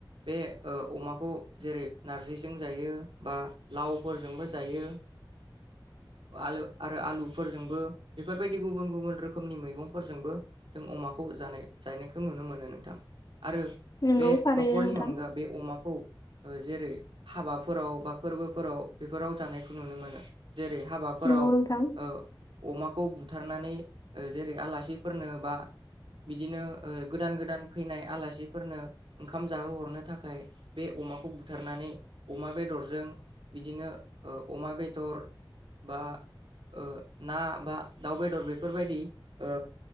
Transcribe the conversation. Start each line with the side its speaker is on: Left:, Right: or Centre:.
Right: बे अमाखौ जेरै नारजिजों जायो बा लावफोरजोंबो जायो। आलु आरो आलुफोरजोंबो बेफोर बायदि गुबुन गुबुन रोखोमनि मैगंफोरजोंबो जों अमाखौ जानाय जायनायखौ नुनो मोनो नोंथां। आरो
Left: नोंगौ
Right: बे
Left: थारैनो
Right: न'खरनि
Left: नोंथां
Right: अनगा बे अमाखौ जेरै हाबाफोराव बा फोरबोफोराव बेफोराव जानायखौ नुनो मोनो। जेरै हाबाफोराव
Left: नोंगौ नोंथां
Right: ओ अमा अमाखौ बुथारनानै जेरै आलासिफोरनो बा बिदिनो गोदान गोदान फैनाय आलासिफोरनो ओंखाम जाहोहरनो थाखाय बे अमाखौ बुथारनानै अमा बेदरजों बिदिनो अमा बेदर बा आ ना बा दाउ बेदर बेफोरबायदि ओ